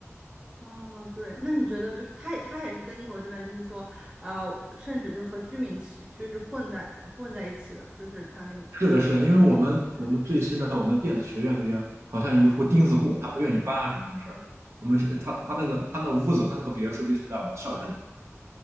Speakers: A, on the right (about 15°); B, on the right (about 60°).
A: 啊，对，那你觉得就是它它也是跟英国这边就是说，啊，甚至就是和居民区区是混在混在一起的，就是它那个。
B: 是的，是的，因为我们我们最新的我们电子学院这边好像有一户钉子户，
A: 嗯。
B: 他不愿意搬，还是怎么回事儿？
A: 嗯，
B: 我们是他他那个他那屋子，他那个别墅就是在我们校园里，